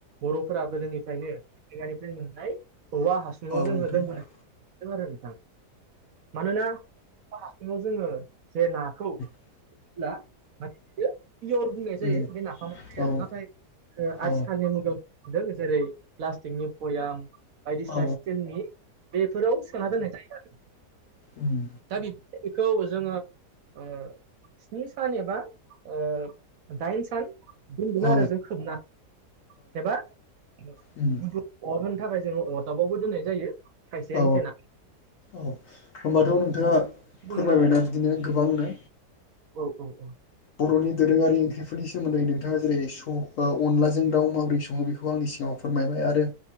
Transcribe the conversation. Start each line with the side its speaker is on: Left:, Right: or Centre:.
Right: बरफोरा गोदोनिफ्रायनो मिथिंगानिफ्राय मोननाय औवा हासुङाव
Left: औ
Right: जोङो दोनबोनायखौ नुनो मोनदों आरो नोंथां। मानोना <unintelligible> जोङो जे नाखौ <unintelligible>
Left: उम
Right: <unintelligible> पियर बुंनाय
Left: औ
Right: जायो। बे नाफाम <unintelligible>
Left: उम
Right: आरो नाथाय
Left: औ
Right: आथिखालनि मुगायाव नुनो मोनदों। जेरै प्लास्टिकनि भयाम बायदिसिना
Left: औ
Right: स्टिलनि बेफोराव सोना दोननाय जायो आरो।
Left: ओम।
Right: दा बेखौ जोङो ओ स्नि सान एबा ओ दाइन सान दोनगोन
Left: औ
Right: आरो जों खोबना एबा गुदुं
Left: उम
Right: अर होनो थाखाय जोङो अदाबावबो दोननाय जायो। खायसेया
Left: औ
Right: होथेना
Left: औ होनबाथ नोंथाङा
Right: जोङो
Left: फोरमायबायना बिदिनो गोबांनो
Right: औ औ औ।
Left: बर'नि दोरोङारि ओंख्रिफोरनि सोमोन्दै नोंथाङा जेरै स ओ अनलाजों दाउ माबोरै सङो। बे बेखौ आंनि सिगाङाव फोरमायबाय आरो